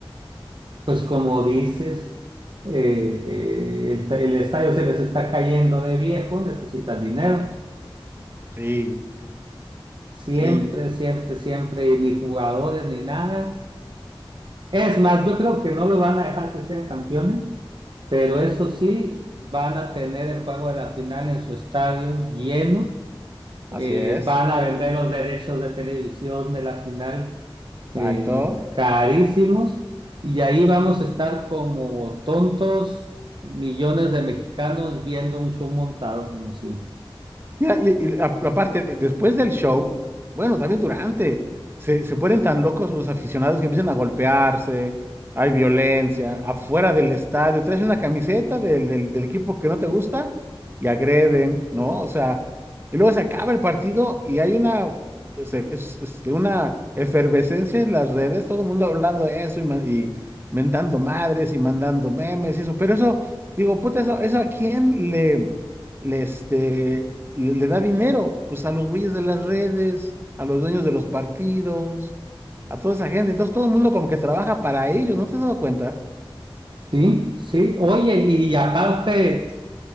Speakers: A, on the right (about 60°); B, on the right (about 25°).
A: Pues como dices, eh, eh, el el estadio se les está cayendo de viejo, necesitan dinero.
B: Sí,
A: Siempre,
B: sí,
A: siempre, siempre, y ni jugadores ni nada. Es más, yo creo que no lo van a dejar que sean campeones, pero eso sí, van a tener el juego de la final en su estadio lleno.
B: así
A: eh,
B: es.
A: van a vender los derechos de televisión de la final
B: Exacto.
A: eh, carísimos y ahí vamos a estar como tontos millones de mexicanos viendo un show montado como siempre.
B: Mira, y, y a- aparte, después del show, bueno, también durante, se, se ponen tan locos los aficionados que empiezan a golpearse, hay violencia, afuera del estadio, traes una camiseta del, del, del equipo que no te gusta y agreden, ¿no? O sea, y luego se acaba el partido y hay una, este, es- este, una efervescencia en las redes, todo el mundo hablando de eso y, ma- y mentando madres y mandando memes y eso, pero eso, digo, puta, eso, eso ¿a quién le le, este, le, le da dinero, pues a los güeyes de las redes, a los dueños de los partidos, a toda esa gente. Entonces todo el mundo como que trabaja para ellos, ¿no te has dado cuenta?
A: Sí, sí. Oye, y aparte...